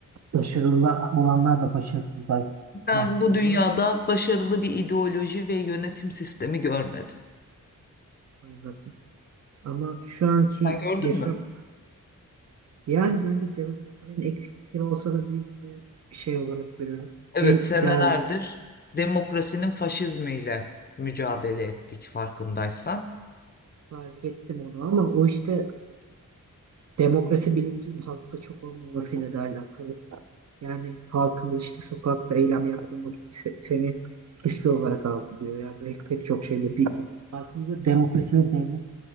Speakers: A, on the right (about 50°); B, on the left (about 30°).
A: Başarılı olanlar da başarısızlığa
B: Ben
A: mahkum
B: bu
A: oluyor.
B: dünyada başarılı bir ideoloji ve yönetim sistemi görmedim.
A: Anladım. Ama şu anki
B: Sen gördün
A: yaşam
B: mü?
A: yani bence demokrasinin eksiklikleri olsa da büyük bir şey olarak görüyorum.
B: Evet,
A: En
B: senelerdir
A: ideali.
B: demokrasinin faşizmiyle mücadele ettik farkındaysan.
A: Fark ettim onu ama o işte demokrasi bilincinin halkta çok olmamasıyla da alakalı. Yani halkımız işte sokakta eylem yaptığın vakit se- seni suçlu olarak algılıyor. Yani pek, pek çok şeyde bir halkımızda demokrasi ve devlet